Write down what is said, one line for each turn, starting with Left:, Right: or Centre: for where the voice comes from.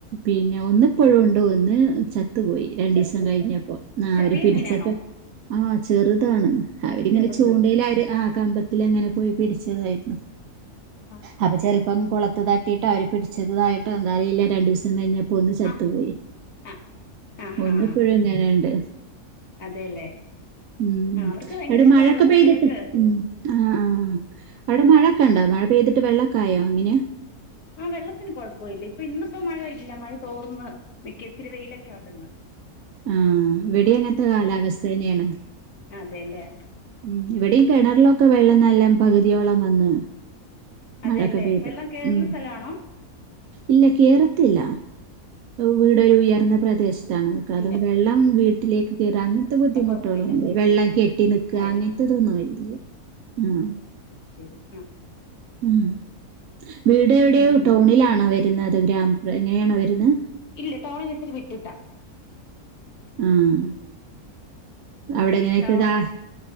Right: പിന്നെ ഒന്നി പുഴു ഉണ്ട് ഒന്ന് ചത്തുപോയി രണ്ടീസം
Left: ചെറു
Right: കഴിഞ്ഞപ്പ ന്ന
Left: ചെറിയ
Right: അവര് പിടിച്ചപ്പം
Left: മീനാണോ
Right: ആ ചെറുതാണ് അവരിങ്ങനെ
Left: ചെറുത്
Right: ചൂണ്ടല് അവര് ആ കമ്പത്തില് അങ്ങനെ പോയി പിടിച്ചതായിരുന്നു
Left: ആഹ് അത്
Right: അപ്പൊ
Left: ശരി
Right: ചെലപ്പം കുളത്ത് തട്ടിട്ട അവര് പിടിച്ചതായിട്ട് എന്താ അറിയില്ല രണ്ടു ദിവസം കഴിഞ്ഞ ആപ്പൊ ഒന്ന് ചത്തു
Left: ആഹ്
Right: പോയി
Left: ആഹ് ആഹാ
Right: ഒന്നിപ്പഴും ഇങ്ങനണ്ട്
Left: അതെല്ലേ
Right: ഉം
Left: ആഹ് അവർക്ക് ഭയങ്കര
Right: അവിടെ
Left: ഇഷ്ടമാണല്ലോ
Right: മഴൊക്കെ
Left: കുട്ടികൾക്ക്
Right: പെയ്തിട്ട് ഉം ആഹ് ആഹ് അവിടെ മഴൊക്കെ ഉണ്ടോ മഴ പെയ്തിട്ട് വെള്ളൊക്കായോ എങ്ങനെയാ
Left: ആ വെള്ളത്തിന് കുഴപ്പ ഇല്ല ഇപ്പ ഇന്നിപ്പോ മഴ ഇല്ല മഴ തോർന്ന് ന്നിക്ക ഇത്തിരി വെയിലൊക്കെ ഒണ്ട് ഇന്ന്
Right: ആഹ് ഇവിടെ അങ്ങനത്തെ കാലാവസ്ഥ തന്നെയാണ്
Left: അതെല്ലേ
Right: ഉം ഇവിടെയും കിണറിലൊക്കെ വെള്ളം നല്ലാം പകുതിയോളം വന്ന്
Left: അതെല്ലേ
Right: മഴൊക്കെ പെയ്തു
Left: വെള്ളം കേറുന്ന
Right: ഉം
Left: സ്ഥലമാണോ
Right: ഇല്ല കേറത്തില്ല വീടൊരു ഉയർന്ന പ്രദേശത്താണ് അക്ക
Left: ഇല്ല
Right: അതുകൊണ്ട് വെള്ളം വീട്ടിലേക്ക് കെറാൻ ഇങ്ങതെ ബുദ്ധിമുട്ടുകളൊന്നുല്ല
Left: കുഴപ്പമില്ല
Right: വെള്ളം കെട്ടി നിക്ക
Left: അതെല്ലേ
Right: അങ്ങനത്തെതൊന്നും വരില്ല ആഹ്
Left: അതു ശരി ആഹ് ആഹ്
Right: ഉം വീട് എവിടെയോ
Left: ഉം
Right: ടൗണിലാണോ വരുന്നത്ത് ഗ്രാമംപ്രെ എങ്ങനെയാണോ വരുന്നെ
Left: ഇല്ല ടൌണിന്ന് ഇച്ചിരി വിട്ടിട്ടാ
Right: ആഹ് അവിടെങ്ങനഓക്കെ
Left: ആഹ്
Right: ഇതാ